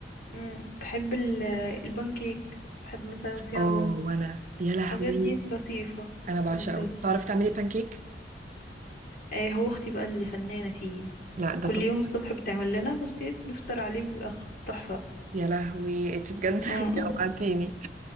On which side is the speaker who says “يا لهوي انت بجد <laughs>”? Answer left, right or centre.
Right